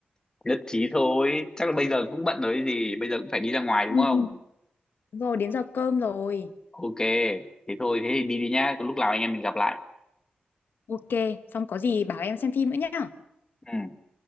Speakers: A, on the left; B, on the left.
A: nhất trí thôi chắc là bây giờ cũng bận rồi gì bây giờ cũng phải đi ra ngoài đúng
B: Ừ.
A: không
B: Rồi, đến giờ cơm rồi.
A: ok thế thôi thế thì đi đi nhá lúc nào anh em mình gặp lại
B: Ok, xong có gì bảo em xem phim nữa nhá.
A: ừ